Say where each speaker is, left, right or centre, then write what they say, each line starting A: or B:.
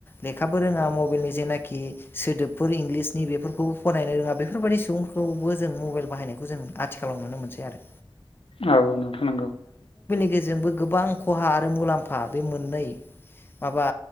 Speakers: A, on the left; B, on the left.
A: लेखाबो रोङा मबाइलनि जेनाखि सोदोबफोर इंग्लिसनि बेफोरखौ फरायनायनो रोङा बेफोरबायदि सुबुंफोरखौबो जों मबाइल बाहायनायखौ जों आथिखालाव नुनो मोनसै आरो।
B: औ नोंथां नोंगौ।
A: गेजोंबो गोबां खहा आरो मुलाम्फा बे मोननै माबा